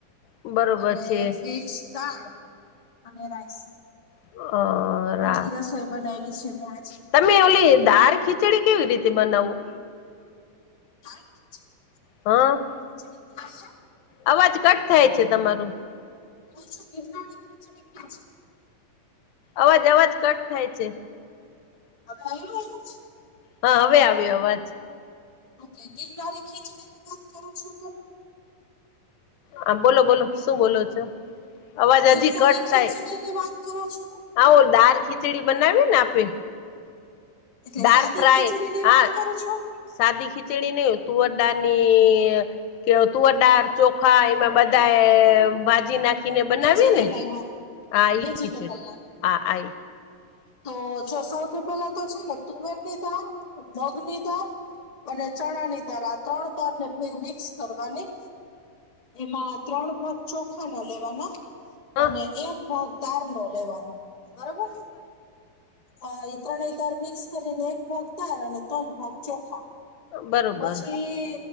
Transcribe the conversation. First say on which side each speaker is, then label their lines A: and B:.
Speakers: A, on the left; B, on the left.
A: બરોબર
B: અને
A: છે
B: મિક્સ દાળ અને રાઈસ
A: અ
B: આટલી
A: રા
B: રસોઈ બનાવીલી છે મેં આજે
A: તમે ઓલી દાર ખીચડી કેવી રીતે બનાવવું
B: <unintelligible> છે
A: હા
B: <unintelligible>
A: અવાજ કટ થાય છે તમારું
B: ક છું ગિરનારી ખીચડી છે
A: અવાજ અવાજ કટ થાય છે
B: ગિરનારી હવે આવ્યો અવાજ
A: હા હવે આવ્યો અવાજ
B: ઓકે ગિરનારી ખીચડી ની વાત કરો છો તમે
A: હ બોલો બોલો શું બોલો છો અવાજ
B: ગિરનારી
A: હજી કટ
B: ખીચડી
A: થાય
B: ની વાત કરો છો
A: આવો દાળ ખીચડી બનાવી ને આપે.
B: એટલે
A: દાળ
B: સાદી
A: ફ્રાય
B: ખીચડી ની
A: હા
B: વાત કરો છો
A: સાદી ખીચડી નહીં તુવરદાળ ની કે તુવરદાળ ચોખા એમાં બધા ભાજી નાખ. ને બનાવી
B: વેજીિટેબલ
A: ને
B: હા
A: આ એ
B: વેજીિટેબલ
A: ખીચડી
B: નાખવાના
A: આ આ.
B: તો સૌથી પેલા તો છે ને તુવેરની દાળ મગ ની દાળ અને ચણા ની દાળ આ ત્રણ દાળ ને મિક્સ કરવાની. એમાં ત્રણ ભાગ ચોખા ના લેવાના.
A: હ
B: અને એકભાગ દાળ નો લેવાનો બરોબર. અ એ ત્રણેય તાર મિક્સ કરીને એક ભાગ દાર અને ત્રણ ભાગ ચોખા.
A: બરોબર
B: પછી